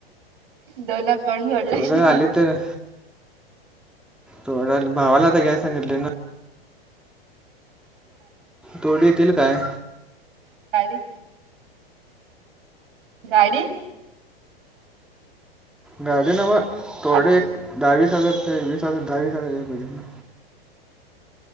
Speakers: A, on the right; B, in the centre.
A: दोन अकाउंट जोडलाईस
B: थोडं
A: नव्हं?
B: आली तर थोड भावाला आता घ्याय सांगितले ना तोडी येतील काय?
A: <unintelligible> गाडी
B: गाडी नव्ह तोडे
A: आता
B: एक दहावीस हजार ते वीस हजार दहावीस हजार याय पाहिजेत ना.